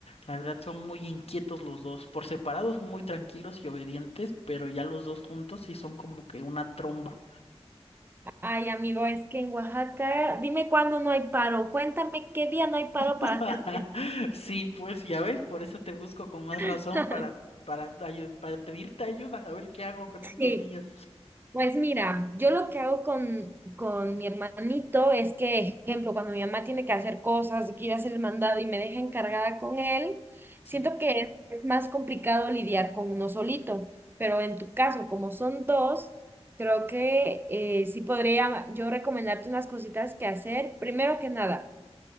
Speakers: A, on the left (about 65°); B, on the right (about 20°).
A: la verdad son muy inquietos los dos. Por separados son muy tranquilos y obedientes, pero ya los dos juntos sí son como que una tromba.
B: Ay, amigo, es que en Oaxaca, dime cuándo no hay paro. Cuéntame qué día no hay paro
A: <laughs>
B: para hacer fiesta.
A: Sí, pues ya ves, por eso te busco con más
B: <laughs>
A: razón para, para, ayu- para pedirte ayuda, a ver qué hago con
B: Sí.
A: estos niños.
B: Pues mira, yo lo que hago con, con mi hermanito es que, ejemplo, cuando mi mamá tiene que hacer cosas, que ir a hacer el mandado y me deja encargada con él, siento
A: Sí,
B: que es más complicado lidiar con uno solito, pero en tu caso, como son dos, creo que eh, sí podría yo recomendarte unas cositas que hacer. Primero que nada,